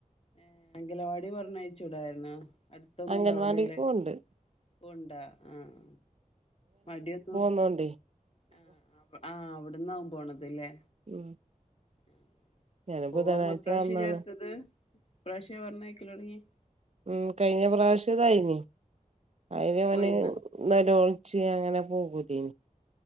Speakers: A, on the left; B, on the right.
A: ഏഹ് അങ്കലവാടി പറഞ്ഞയച്ചൂടായിരു ന്നോ? അടുത്തൊന്നുണ്ടാവൂലലെ
B: അംഗൻവാടിക്ക് പോണ്ട്
A: വ്ണ്ടാ ആഹ് മടിയൊന്നു
B: മ്മാണ്ടേ
A: ആ അവ് ആഹ് അവിടന്നാവും പോണത് ലെ
B: ഉം
A: ആ
B: ഞാന്
A: പൂവാമ്മപ്രാവശ്യ
B: ബുധനാഴ്ച വന്നാണ്
A: ചേർത്തത് ഇപ്രാവശ്യാ പറഞ്ഞയക്കലൊടങ്ങി
B: ഓ കയിഞ്ഞ പ്രാവശ്യതായിന് അയിനവന്
A: പോയിന്ന്
B: ന്നേരം ഒളിച്ച് ഞങ്ങനെ പോകൂലെ